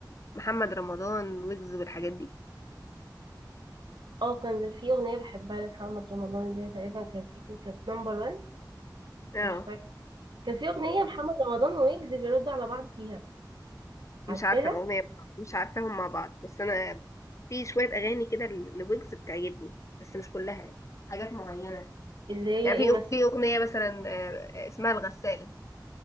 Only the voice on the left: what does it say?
محمد رمضان ويجز والحاجات دي
اه
مش
عارفه الاغنيه مش عارفاهم مع بعض بس انا في شويه اغاني كده ل- لويجز بتعجبني بس مش كلها يعني حاجات معينه
يعني
في
في اغنيه مثلا آه، اسمها الغسالة